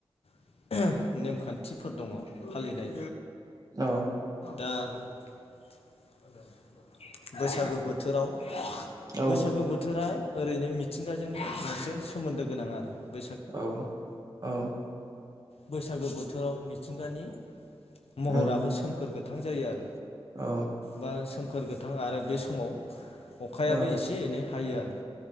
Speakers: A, on the left; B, on the right.
A: <inaudible> नेमखान्थिफोर दङ फालिनाय
B: औ
A: दा <inaudible> बैसागो बोथोराव
B: औ
A: बैसागो बोथोरा ओरैनो मिथिंगाजोंबो मोनसे सोमोन्दो गोनां आरो <inaudible>
B: औ औ
A: बैसागो बोथोराव मिथिंगानि महराबो
B: उम
A: सोमखोर गोथां जायो आरो
B: औ
A: बा सो खोर गोथां आरो बे समाव अखायाबो
B: औ
A: एसे एनै हायो आरो